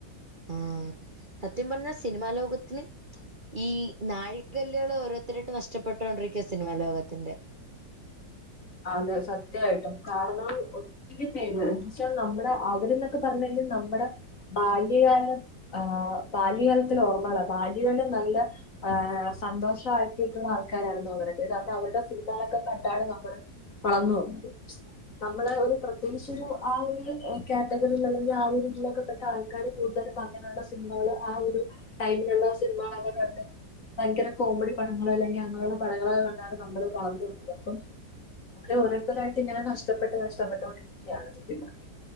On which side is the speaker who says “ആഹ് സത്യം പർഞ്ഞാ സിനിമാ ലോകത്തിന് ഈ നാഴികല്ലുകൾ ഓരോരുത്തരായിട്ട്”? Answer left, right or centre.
Right